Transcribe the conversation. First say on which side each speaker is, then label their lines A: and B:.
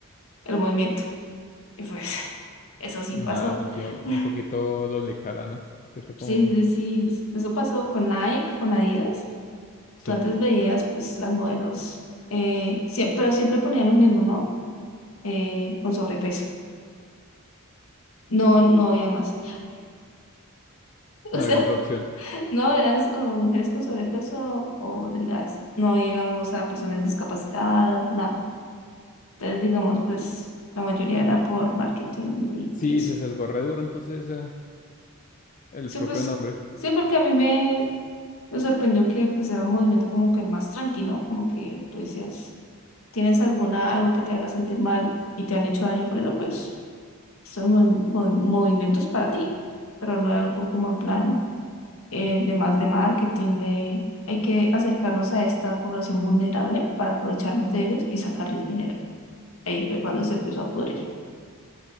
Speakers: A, on the left (about 70°); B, on the left (about 35°).
A: el movimiento. Y pues <laughs> eso sí
B: Nada,
A: pasó.
B: tiene un
A: <laughs>
B: poquito doble cara, ¿no? Un poquito
A: Sí,
B: como...
A: sí, sí. sí, Eso pasó con Nike, con Adidas.
B: Sí,
A: Tú antes veías, pues, las modelos, eh, siem- pero siempre ponían lo mismo, ¿no? Eh, con sobrepeso. No, no había más. <laughs> o
B: no
A: sea
B: había otra opción.
A: No, eras o mujeres con sobrepeso o delgadas. No, digamos, a personas discapacitadas, nada. Entonces, digamos, pues la mayoría
B: Ya.
A: era por marketing y
B: Sí,
A: eso.
B: se sesgó re duro, entonces eh, el
A: Sí,
B: propio
A: pues,
B: nombre.
A: sí, porque a mí me, me sorprendió que pues era un movimiento como que más tranquilo, como que tú decías, tienes alguna, algo que te haga sentir mal y te han hecho daño por eso, pues son mo- mo- movimientos para ti, pero no era algo como en plan. eh, de más de marketing, de hay que acercarnos a esta población vulnerable para aprovecharnos de ellos y sacarles dinero. Ahí fue cuando se empezó a pudrir.